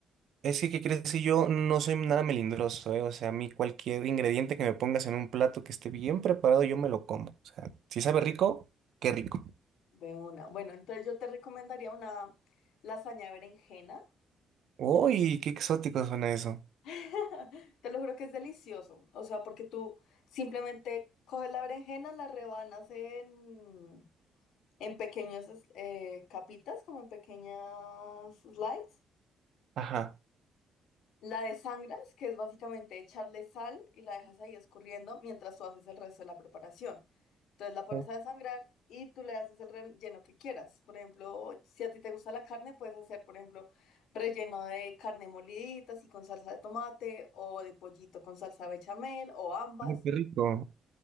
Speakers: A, on the right (about 70°); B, on the left (about 80°).
A: Es que, ¿qué crees? Que yo no soy nada melindroso, ¿eh? O sea, a mí cualquier ingrediente que me pongas en un plato que esté bien preparado, yo me lo como. O sea, si sabe rico, qué rico.
B: De una. Bueno, entonces yo te recomendaría una lasaña de berenjena.
A: Uy, qué exótico suena eso.
B: <laughs> Te lo juro que es delicioso. O sea, porque tú simplemente coges la berenjena, la rebanas en, en pequeñas eh, capitas, como en pequeñas slices,
A: Ajá.
B: la desangras, que es básicamente echarle sal y la dejas ahí escurriendo mientras tú haces el resto de la preparación. Entonces la pones
A: Oh.
B: a desangrar y tú le haces el relleno que quieras. Por ejemplo, si a ti te gusta la carne, puedes hacer, por ejemplo, relleno de carne molidita, así con salsa de tomate, o de pollito con salsa bechamel, o ambas.
A: Ay, qué rico.